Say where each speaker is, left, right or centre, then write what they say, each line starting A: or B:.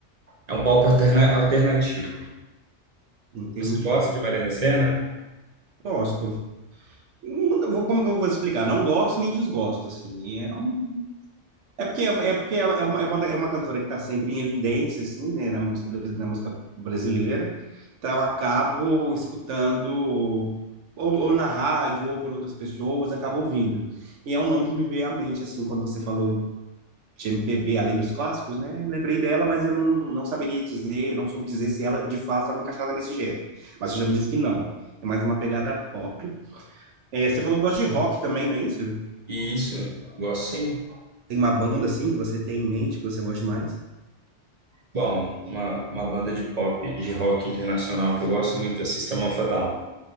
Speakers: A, on the right; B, on the right.
A: É um pop alterna- alternativo.
B: Entendi.
A: Você gosta de Marina Sena?
B: Gosto. Não- eu vou- Como que eu vou explicar? Não gosto nem desgosto, assim. É um- É porque, é é porque é é uma, é uma, é uma cantora que está sempre em evidência, assim, né, na música, brasi- na música brasileira. Então, eu acabo escutando, ou, ou na rádio, ou por outras pessoas, acabo ouvindo. E é um nome que me veio à mente, assim, quando você falou de MPB, além dos clássicos, né? Lembrei dela, mas eu não, não saberia dizer, não soube dizer se ela, de fato, estava encaixada nesse gênero. Mas você já me disse que não. É mais uma pegada pop. É, você falou que gosta de rock também, não é isso?
A: Isso, gosto sim.
B: Tem uma banda, assim, que você tem em mente, que você gosta mais?
A: Bom, uma, uma banda de pop, de rock internacional que eu gosto muito é System of a Down.